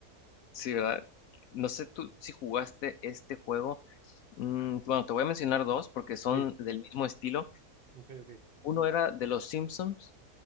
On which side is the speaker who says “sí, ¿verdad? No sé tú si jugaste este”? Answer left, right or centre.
Left